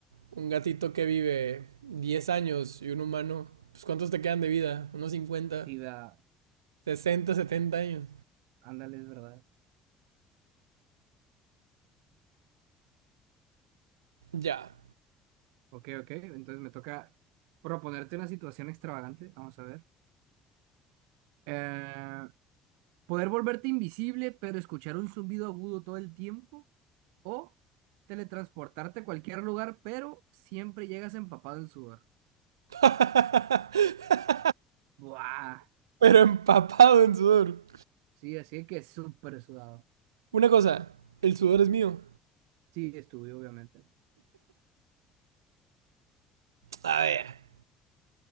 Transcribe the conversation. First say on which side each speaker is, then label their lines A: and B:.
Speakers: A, on the right (about 80°); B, on the right (about 70°).
A: un gatito que vive 10 años y un humano, pues ¿cuántos te quedan de vida? ¿Unos cincuenta
B: Sí, vea,
A: sesenta setenta años?
B: Ándale, es verdad.
A: Ya.
B: Ok, ok. Entonces me toca proponerte una situación extravagante. Vamos a ver. Eh, poder volverte invisible, pero escuchar un zumbido agudo todo el tiempo. O teletransportarte a cualquier lugar, pero siempre llegas empapado en sudor.
A: <laughs>
B: Buah.
A: Pero empapado en sudor.
B: Sí, así que súper sudado.
A: Una cosa, el sudor es mío.
B: Sí, estuve, obviamente.
A: A ver.